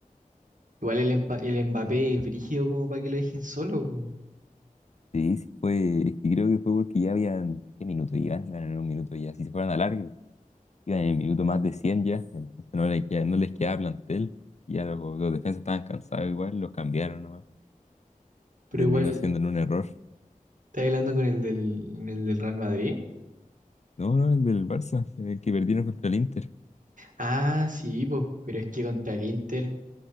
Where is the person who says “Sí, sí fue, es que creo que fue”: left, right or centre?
Left